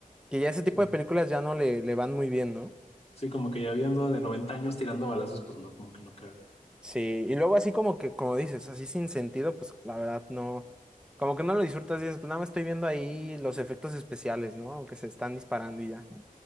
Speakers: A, in the centre; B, on the left.
A: que ya ese
B: sí,
A: tipo de películas ya no le, le van muy bien, ¿no?
B: sí, como que ya viendo de 90 años tirando balazos, pues no, como que no cabe.
A: Sí, y luego así como que, como dices, así sin sentido, pues la verdad no, como que no lo disfrutas, dices, pues nada más estoy viendo ahí los efectos especiales, ¿no? Que se están disparando y ya.